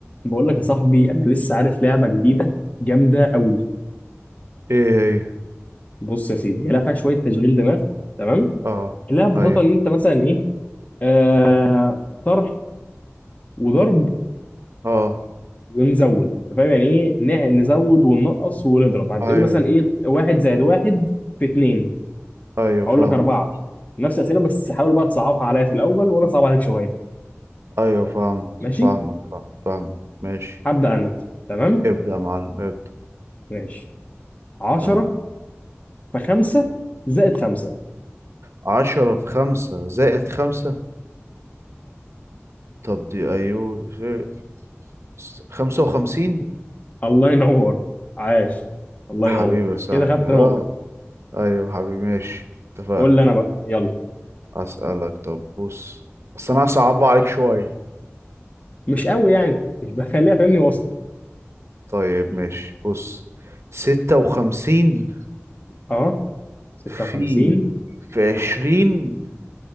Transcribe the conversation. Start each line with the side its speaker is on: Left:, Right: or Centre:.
Left: بقول لك يا صاحبي انا لسه عارف لعبه جديده جامده قوي
Right: ايه هي
Left: بص يا سيدي هي لعبه فيها شويه تشغيل دماغ تمام
Right: اه
Left: اللعبه ببساطه
Right: ايوه
Left: ان انت مثلا ايه آه طرح وضرب
Right: اه
Left: ونزود أنت فاهم يعني ايه نع- نزود وننقص ونضرب هتقول
Right: ايوه
Left: مثلا ايه واحد زائد واحد في اتنين
Right: ايوه
Left: هقول
Right: فاهمك
Left: لك اربعه نفس الاسئله بس حاول بقى تصعبها عليا في الاول وانا اصعب عليك شويه
Right: ايوه فاهمك
Left: ماشي
Right: فاهمك فاهم- فاهمك ماشي
Left: هبدا انا تمام
Right: ابدأ يا معلم ابدأ
Left: ماشي 10
Right: تمام
Left: في 5 زائد 5
Right: عشرة في خمسة زائد خمسة طب دي ايوه زي- س- خمسة وخمسين
Left: الله ينور عاش الله
Right: حبيبي
Left: ينور
Right: يا صاحبي
Left: كده خدت نقطة
Right: اه ايوه حبيبي ماشي اتفقنا
Left: قول لي أنا بقى يلا
Right: اسألك طب بص بس انا هصعبها عليك شوية
Left: مش قوي يعني مش بخليها <laughs> فاهمني وسط
Right: طيب ماشي بص ستة وخمسين
Left: أه 56
Right: في في عشرين